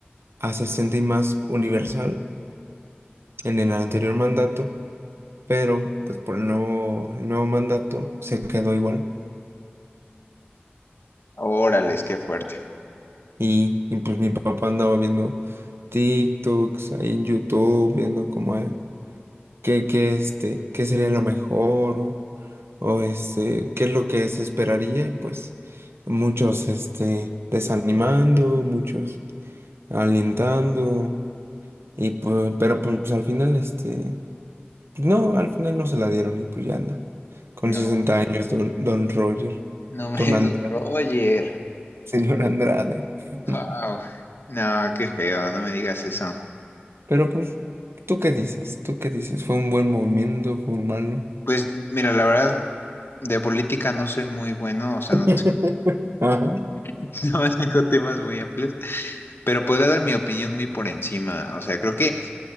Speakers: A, on the right (about 80°); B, on the left (about 70°).
A: a 60 y más universal en el anterior mandato, pero pues por el nuevo, el nuevo mandato se quedó igual.
B: Órales, qué fuerte.
A: Y, y pues mi papá andaba viendo TikToks ahí en YouTube, viendo cómo es, qué, qué, este, qué sería lo mejor o, o, este, qué es lo que se esperaría. Y pues muchos este, desanimando, muchos alentando. Y pues, pero pues al final, este, no, al final no se la dieron y pues ya anda. Con
B: No,
A: 60 años, don, don Roger,
B: no me,
A: don Andrade,
B: <laughs> don Roger.
A: señor Andrade.
B: Wow.
A: <laughs>
B: No, qué feo, no me digas eso.
A: Pero pues, ¿tú qué dices? ¿Tú qué dices? ¿Fue un buen movimiento? ¿Fue un malo?
B: Pues mira, la verdad, de política no soy muy bueno, o sea,
A: <laughs>
B: no,
A: Ajá.
B: <laughs> no manejo temas muy amplios, pero podría dar mi opinión muy por encima. O sea, creo que